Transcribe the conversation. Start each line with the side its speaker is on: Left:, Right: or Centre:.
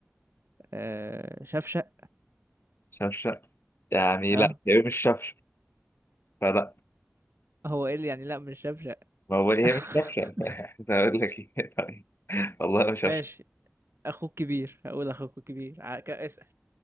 Right: آه... شفشق
Left: شفشق يعني
Right: اه
Left: لا هي مش شفشق فلا
Right: هو ايه اللي يعني لا مش شفشق
Left: ما هو هي
Right: <laughs>
Left: مش كابشن <laughs> هقول لك ايه طيب والله مش
Right: ماشي
Left: عارف
Right: اخوك كبير هقول اخوك كبير ع- ك- اسأل